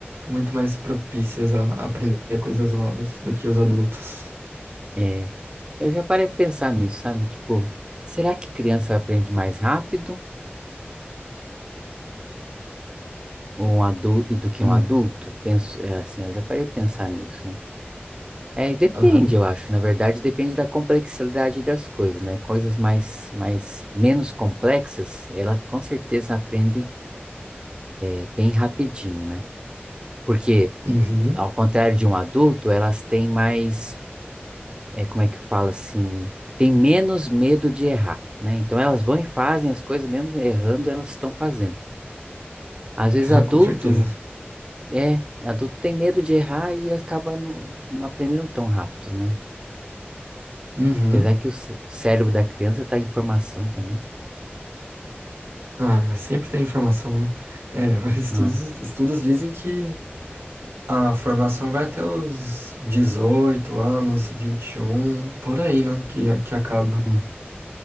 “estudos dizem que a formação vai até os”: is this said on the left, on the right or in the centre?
Right